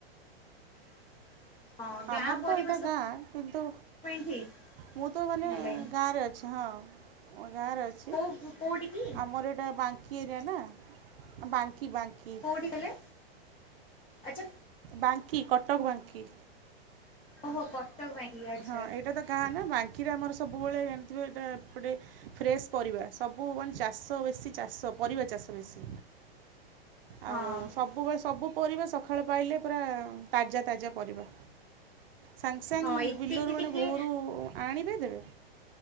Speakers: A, on the left; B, on the right.
A: <inaudible> ହଁ ଗାଁ
B: ଆମର
A: ପରିବେଶ
B: ତ ଏଇଟା ଗାଁ କିନ୍ତୁ
A: <unintelligible>
B: ମୁଁ ତ ମାନେ
A: ହେଲେ
B: ଗାଁରେ ଅଛି ହଁ ମ ଗାଁରେ ଅଛି।
A: କୋଉ କୋଉଠି କି
B: ଆମର ଏଇଟା ବାଙ୍କି ଏରିଆ ନା ବାଙ୍କି ବାଙ୍କି।
A: କେଉଁଠି କଲେ? ଆଚ୍ଛା
B: ବାଙ୍କି କଟକ ବାଙ୍କି।
A: ଓହୋ କଟକ ବ୍ୟାଙ୍କି ଆଚ୍ଛା
B: ହଁ
A: ଆଛା।
B: ଏଇଟା ତ ଗାଁ ନା ବାଙ୍କିରେ ଆମର ସବୁବେଳେ ଜାଣିଥିବେ ଏପଟେ ଫ୍ରେସ ପରିବା। ସବୁ ମାନେ ଚା ଚାଷ ବେଶୀ ଚାଷ ପରିବା ଚାଷ ବେଶୀ।
A: ହଁ
B: ଆଉ ସବୁବେଳେ ସବୁ ପରିବା ସଖାଳୁ ପାଇଲେ ପୁରା ତାଜା ତାଜା ପରିବା। ସାଙ୍ଗସଙ୍ଗ
A: ହଁ ଏତିକି
B: ବିଲରୁ ମାନେ
A: ଟିକେ
B: ଭୋରୁ ଆଣିବେ ଦେବେ।